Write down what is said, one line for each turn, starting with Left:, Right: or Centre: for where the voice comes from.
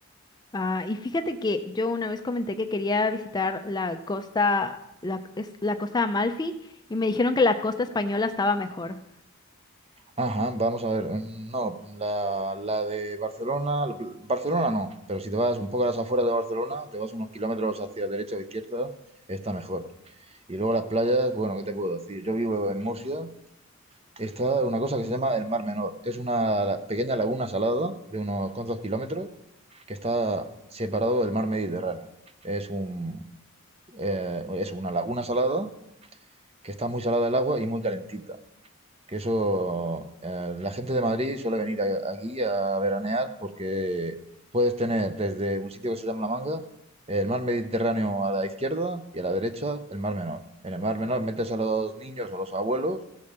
Left: Ah, y fíjate que yo una vez comenté que quería visitar la costa, la, es la costa de Amalfi, y me dijeron que la costa española estaba mejor.
Right: Ajá, vamos a ver. mm, No, la, la de Barcelona, la- Barcelona no, pero si te vas un poco a las afueras de Barcelona, te vas unos kilómetros hacia derecha o izquierda, está mejor. Y luego las playas, bueno, ¿qué te puedo decir? Yo vivo en Murcia, está una cosa que se llama el Mar Menor. Es una la- pequeña laguna salada de unos cuantos kilómetros que está separado del mar Mediterráneo. Es un, eh, es una laguna salada que está muy salada el agua y muy calentita. Que eso, eh, la gente de Madrid suele venir a- aquí a veranear porque puedes tener desde un sitio que se llama La Manga, el mar Mediterráneo a la izquierda y a la derecha el mar Menor. En el mar Menor metes a los niños o a los abuelos,